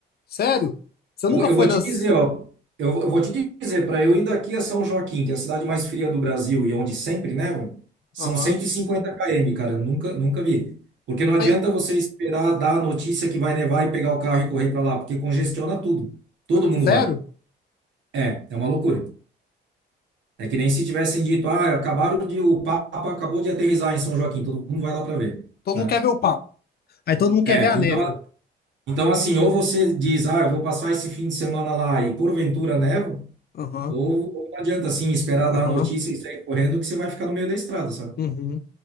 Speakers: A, on the left; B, on the right.
A: Sério? Você
B: Eu
A: nunca
B: vou, eu
A: foi
B: vou
A: nas.
B: te dizer, ó. Eu, eu vou te dizer, para eu ir daqui a São Joaquim, que é a cidade mais fria do Brasil e onde sempre neva, são
A: Aham.
B: cento e cinquenta km, cara. Nunca, nunca vi. Porque não adianta
A: Aí,
B: você esperar dar a notícia que vai nevar e pegar o carro e correr para lá, porque congestiona tudo. Todo mundo
A: sério?
B: vai. É, é uma loucura. É que nem se tivessem dito, ah, acabaram de, o Papa acabou de aterrissar em São Joaquim, todo mundo vai lá para ver,
A: Todo
B: né?
A: mundo quer ver o pau. Aí todo mundo
B: É,
A: quer ver a
B: então,
A: neve.
B: então assim, ou você diz, ah, eu vou passar esse fim de semana lá e porventura neva,
A: Aham,
B: Ou, ou não adianta assim esperar
A: aham.
B: dar a notícia e sair correndo que você vai ficar no meio da estrada, sabe?
A: Uhum.